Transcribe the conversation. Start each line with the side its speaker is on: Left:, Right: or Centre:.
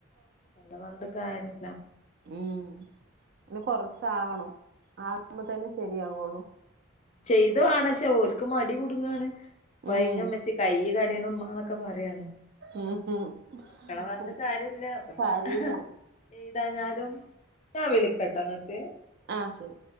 Left: <unintelligible> പറഞ്ഞിട്ട് കാര്യല്ല.
Right: മ്. പിന്നെ കൊറച്ചാകണം. ആകുമ്പൊ തന്നെ ശരിയാകുള്ളു
Left: ചെയ്ത് വാണം ഷെ. ഓൽക്ക് മടി കുടുങ്ങാണ്. കൊയങ്ങമ്മച്ചീ
Right: ഉം
Left: കൈയ്യ് കടിയിണ് മ്മാന്നൊക്കെ പറയാണ്
Right: ഉം ഉം
Left: മക്കളെ പറഞ്ഞിട്ട് കാര്യുല്ല. പ്പന്താ
Right: കാര്യമില്ല
Left: എയ്താഞ്ഞാലും ഞാ വിളിക്കട്ടൊ ങ്ങക്ക്.
Right: ആ ശരി.